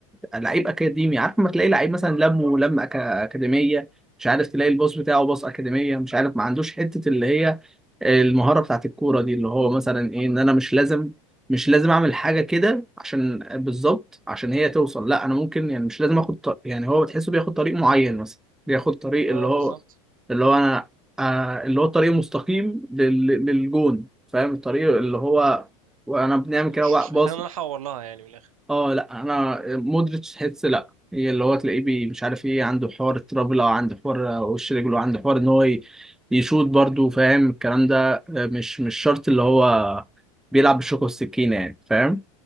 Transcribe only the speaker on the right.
اه
بالظبط
مش مش
محتاج ان انا احور لها يعني من الاخر